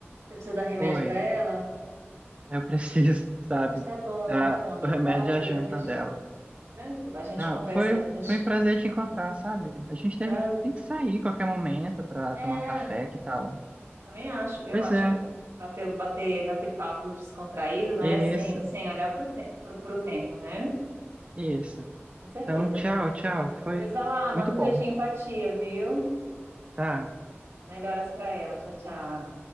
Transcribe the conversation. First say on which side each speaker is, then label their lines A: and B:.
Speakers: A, on the right; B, on the right.
A: Você precisa dar remédio
B: oi,
A: para ela?
B: eu preciso, <laughs> sabe?
A: Pois tá bom,
B: Ah,
A: tá bom, amigo.
B: o remédio
A: Vai lá depois
B: é a janta
A: a gente.
B: dela.
A: Tranquilo, a gente
B: Ah,
A: conversa.
B: foi,
A: A gente...
B: foi um prazer te encontrar, sabe? A gente
A: pra-
B: deve, tem que sair qualquer momento pra
A: É,
B: tomar um café, que tal?
A: Também acho, eu
B: Pois
A: acho,
B: é.
A: amigo. Bater, bater, bater papo descontraído, né?
B: Isso,
A: Sem, sem olhar pro, te pro, pro tempo, né?
B: isso.
A: Com certeza,
B: Então, tchau,
A: amigo.
B: tchau. Foi
A: Pois vai lá, manda
B: muito bom,
A: um beijinho pra tia, viu?
B: tá?
A: Melhoras pra ela. Tchau, tchau.